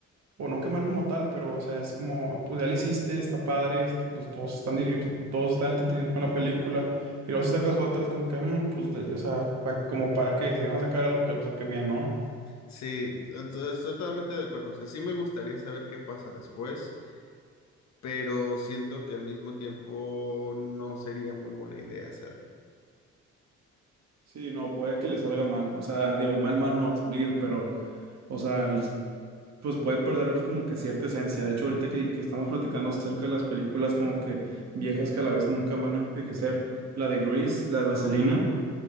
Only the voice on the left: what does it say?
Sí, estoy estoy totalmente de acuerdo. O sea, sí me gustaría saber qué pasa después, pero siento que al mismo tiempo no sería muy buena idea hacerlo.
Sí,